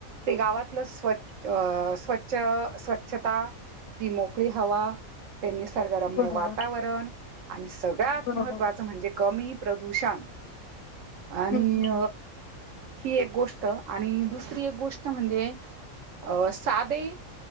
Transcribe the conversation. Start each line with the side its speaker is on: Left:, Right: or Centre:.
Right: ते गावातलं स्वच्छ अ. <inaudible> स्वच्छ स्वच्छता ती मोकळी हवा. ते निसर्गरम्य
Left: बरोबर
Right: वातावरण आणि सगळ्यात
Left: बरोबर
Right: महत्त्वाचं म्हणजे कमी प्रदूषण आणि
Left: हम्म
Right: ही एक गोष्ट आणि दुसरी एक गोष्ट म्हणजे अ साधे